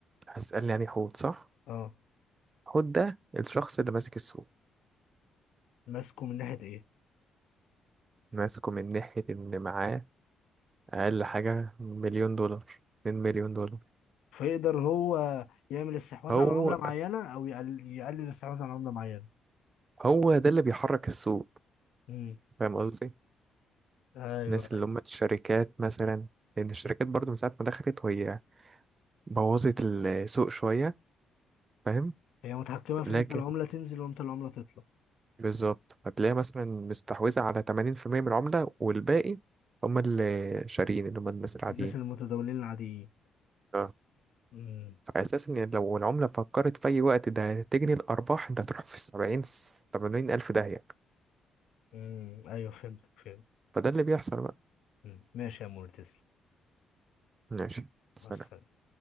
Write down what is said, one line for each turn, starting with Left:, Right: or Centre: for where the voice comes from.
Right: هتسألني يعني حوت صح
Left: اه
Right: حوت ده الشخص اللي ماسك السوق
Left: ماسكه من ناحية ايه
Right: ماسكه من ناحية إن معاه اقل حاجة مليون دولار اتنين مليون دولار
Left: فيقدر هو يعمل استحواذ
Right: هو
Left: على عملة معينة او يقلل يقلل الاستحواذ على عملة معينة
Right: هو ده اللي بيحرك السوق
Left: امم
Right: فاهم قصدي
Left: ايوه
Right: الناس اللي هم الشركات مثلا لان الشركات برضو من ساعة ما دخلت وهي بوظت السوق شوية فاهم
Left: هي متحكمة في
Right: لكن
Left: امتى العملة تنزل وامتى العملة تطلع
Right: بالظبط هتلاقي مثلا مستحوذة على 80% من العملة والباقي هم اللي شاريين اللي هم الناس العاديين
Left: الناس المتداولين العاديين
Right: اه
Left: امم
Right: فأساسا يعني لو العملة فكرت في أي وقت ده تجني الأرباح أنت هتروح في السبعين تمانين ألف داهية
Left: امم ايوه فهمت فهمت
Right: فده اللي بيحصل بقى
Left: مم. ماشي يا مور تسلم
Right: ماشي سلام
Left: مع السلامة